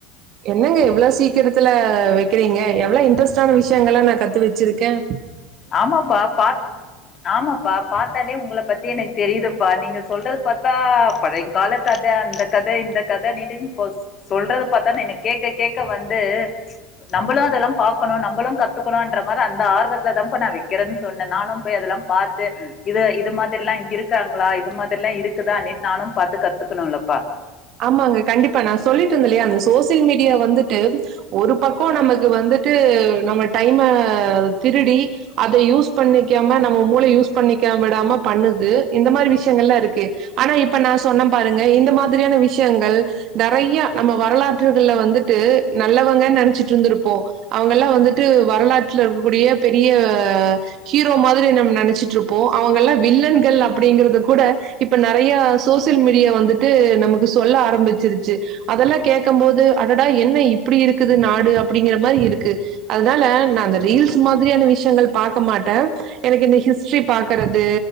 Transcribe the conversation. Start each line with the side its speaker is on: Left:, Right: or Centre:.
Right: என்னங்க எவ்வளவு சீக்கிரத்துல வெக்கிறீங்க எவ்வளவு இன்ட்ரெஸ்ட் ஆன விஷயங்கலெல்லாம் நான் கத்து வெச்சிருக்கேன்
Left: ஆமாப்பா பா ஆமாப்பா பா உங்க பத்தி எனக்கு தெரியுதுப்பா நீங்க சொல்றது பார்த்தா பழையங்கால கத அந்த கத இந்த கதனிட்டு சொல்றது பார்த்தா இன்னைக்கு கேட்க கேட்க வந்து நம்மளும் அதெல்லாம் பாக்கணும் நம்மளும் கத்துக்கணும்ன்ற மாதிரி அந்த ஆர்வத்த அதுலதான்ப்ப நான் வைக்கிறேன்னு சொன்னேன் நானும் போய் அதெல்லாம் பாத்து இது இது மாதிரி எல்லாம் இங்க இருக்காங்களா இது மாதிரில்லாம் இருக்குதா அப்படினுட்டு நானும் பாத்து கத்துக்கணும்லப்பா
Right: ஆமாங்க கண்டிப்பா நான் சொல்லிட்டு இருந்தேலையா அந்த சோசியல் மீடியா வந்துட்டு ஒரு பக்கம் நமக்கு வந்துட்டு நம்ம டைம திருடி அத யூஸ் பண்ணிக்காம நம்ம மூளை யூஸ் பண்ணிக்க விடாம பண்ணுது இந்த மாதிரி விஷயங்கல்லாம் இருக்கு ஆனா இப்ப நான் சொன்ன பாருங்க இந்த மாதிரியான விஷ விஷயங்கள் நெறைய நம்ம வரலாற்றுகள்ல வந்துட்டு நல்லவங்க நெனைச்சிட்டு இருந்திருப்போம் அவங்கல்லாம் வந்துட்டு வரலாற்றுல இருக்கக்கூடிய பெரிய ஹீரோ மாதிரி நம்ம நெனைச்சிட்டு இருப்போம் அவங்க எல்லாம் வில்லன்கள் அப்படிங்கறது கூட இப்ப நெறைய சோசியல் மீடியா வந்துட்டு நமக்கு சொல்ல ஆரம்பிச்சிடுச்சு அதெல்லாம் கேட்கம் போது அடடா என்ன இப்படி இருக்குது நாடு அப்படிங்கிற மாதிரி இருக்கு அதனால நான் ரீஸ் மாதிரியான விஷயங்கள் பார்க்க மாட்டேன் எனக்கு இந்த ஹிஸ்டரி பாக்கிறது